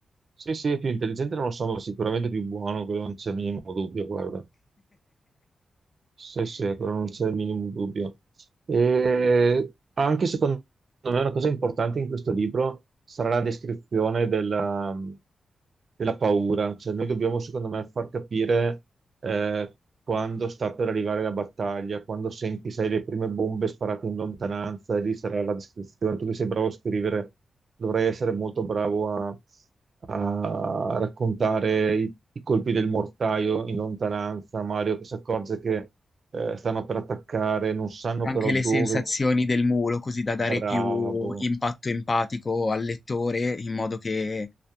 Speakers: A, on the right; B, on the left.
A: Sì, sì, è più intelligente, non lo so, ma sicuramente più buono, quello non c'è minimo dubbio, guarda. Sì, sì, quello non c'è il minimo dubbio. E anche secondo me una cosa importante in questo libro sarà la descrizione della, della paura. Cioè, noi dobbiamo, secondo me, far capire eh, quando sta per arrivare la battaglia, quando senti, sai, le prime bombe sparate in lontananza, e lì sarà la descrizione. Tu che sei bravo a scrivere, dovrei essere molto bravo a a raccontare i, i colpi del mortaio in lontananza, Mario che si accorge che eh, stanno per attaccare, non sanno
B: Anche
A: però
B: le
A: dove.
B: sensazioni del mulo, così da dare
A: Bravo,
B: più impatto empatico al lettore, in modo che